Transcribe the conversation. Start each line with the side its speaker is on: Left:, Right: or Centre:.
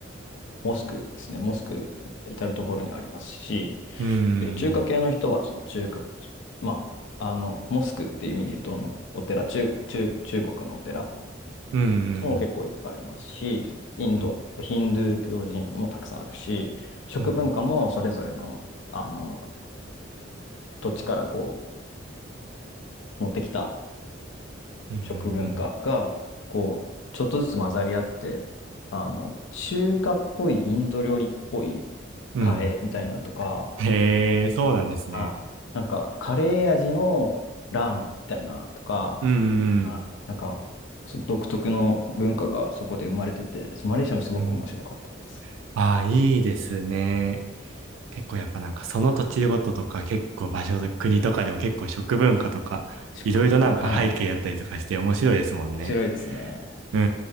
Left: モスクですね、モスク至る所にありますし、
Right: うん、
Left: で、中華系の人はその中華、まあ、あの、モスクっていう意味で言うと、あのお寺、中、中、中国のお寺
Right: うん、うん、
Left: も結構いっぱいありますし、インド、
Right: うん、
Left: ヒンドゥー教寺院もたくさんあるし、食文化もそれぞれの、
Right: うん、
Left: あの、土地からこう持ってきた
Right: うん。
Left: 食文化がこうちょっとずつ混ざり合ってあの中華っぽいインド料理っぽい
Right: うん
Left: カレーみたいなのとか、
Right: へえ、そうなんですね。
Left: はいなんかカレー味のラーメンみたいなとか、
Right: うん、う
Left: はいなんかその独特の文化がそこで生まれてて、
Right: ん、
Left: そうマレーシアもすごく面白かったです。
Right: うん。ああ、いいですね。結構やっぱなんかその土地ごととか結構場所、国とかでも結構食文化とかいろいろなんか背景やったりとかして面白いですもんね。
Left: 食文化、はい。面白いですね。
Right: うー